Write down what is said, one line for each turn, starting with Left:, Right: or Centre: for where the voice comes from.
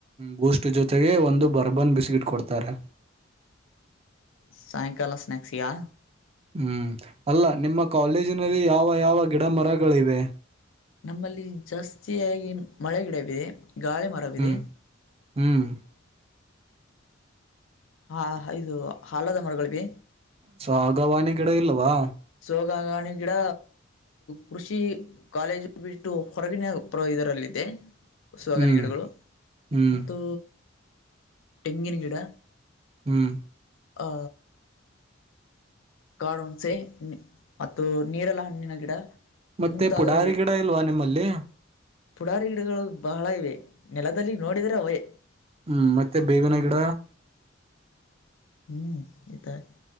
Right: ಬೂಸ್ಟ್ ಜೊತೆಗೆ ಒಂದು ಬರ ಬರ್ಬನ್ ಬಿಸ್ಕಿಟ್ ಕೊಡ್ತಾರೆ
Left: ಸಾಯಂಕಾಲ ಸ್ ನಕ್ಸಿಯಾ
Right: ಹ್ಮ್ ಅಲ್ಲ ನಿಮ್ಮ ಕಾಲೇಜಿನಲ್ಲಿ ಯಾವ ಯಾವ ಗಿಡ ಮರಗಳಿವೆ
Left: ನಮ್ಮಲ್ಲಿ ಜಾಸ್ತಿಯಾಗಿ ಮಳೆಗಿಡವಿದೆ ಗಾಳಿ ಮರವಿದೆ
Right: ಹ್ಮ್ ಹ್ಮ್
Left: ಹಾ ಇದು ಹಾಲದ ಮರಗಳೀವೆ
Right: ಸೊ ಆಗವಾಣಿ ಗಿಡ ಇಲ್ಲವಾ
Left: ಯೋಗಾಗಾಣೆ ಗಿಡ ಕೃಷಿ ಕಾಲೇಜು ಬಿಟ್ಟು ಹೊರಗಿನ ಇದರಲ್ಲಿದೆ ಸಗನ
Right: ಹ್ಮ್
Left: ಗಿಡಗಳು
Right: ಹ್ಮ್
Left: ಮತ್ತು ತೆಂಗಿನ ಗಿಡ
Right: ಹ್ಮ್
Left: ಹ ಕಾಡು ಹಣಸೆ ಮತ್ತು ನೀರೆಲ್ಲ ಹಣ್ಣಿನ ಗಿಡ
Right: ಮತ್ತೆ
Left: ಮುಂತಾದವು
Right: ಪುಡಾರಿ ಗಿಡ ಇಲ್ವಾ ನಿಮ್ಮಲ್ಲಿ
Left: ಪುಡಾರಿ ಗಿಡಗಳು ಬಹಳ ಇವೆ ನೆಲದಲ್ಲಿ ನೋಡಿದರೆ ಅವೆ
Right: ಹ್ಮ್ ಮತ್ತೆ ಬೇವನ ಗಿಡ
Left: ಹ್ಮ್ ಈತಾಯ